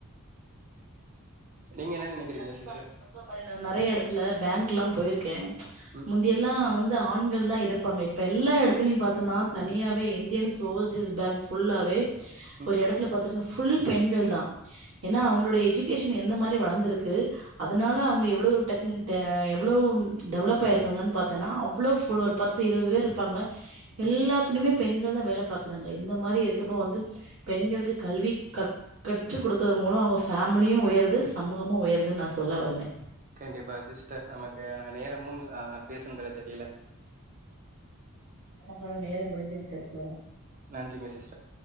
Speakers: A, on the right; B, on the right.
A: நீங்க என்ன நெனைக்கிறீங்க
B: இப்ப
A: சிஸ்டர்
B: நீங்க சொல்ற மாரி நான் நெறைய இடத்துல பேங்க்லா போயிருக்கே
A: ம்
B: முந்தியெல்லாம் வந்து ஆண் தான் இருப்பாங்க இப்ப எல்லா இடத்திலையும் பாத்து நா
A: சொல்லுங்க.
B: தனியாவே இந்தியன்ஸ் ஓவர்சீஸ் பேங்க் ஃபுல்லாவே
A: ம்
B: ஒரு எடத்துல பாத்துருக்க ஃபுல் பெண்கள் தான் ஏன்னா அங்களோடைய எஜிகேஷன் எந்த மாரி வளர்ந்துருக்கு அதுனால அவங்க எவ்வளோ டெக்டே எவ்ளோ டெவலப் ஆயிருக்காங்கன்னு பாத்தன்னா அவ்வளோ ஃபு ஒரு பத்து இருவது பேர் இருப்பாங்க எல்லாத்திலுமே
A: ம்
B: பெண்கள் தான் வேலை பார்க்கறாங்க இந்த மாதிரி இருக்கப்போ வந்து பெண்களுக்கு கல்வி கக் கற் கற்று கொடுக்கிறது மூலம் அவங்க ஃப்மிலியும் உயருது சமூகமும் உயருதுன்னு நான் சொல்லுவே சொல்ல வருவே
A: கண்டிப்பா சிஸ்டர் நமக்கு நா நேரமும் அஹ் அஹ் பேசுனதுல தெரியில
B: நமக்கான நேரம் முடிந்து விட்டது தோழா
A: நன்றிங்க சிஸ்டர்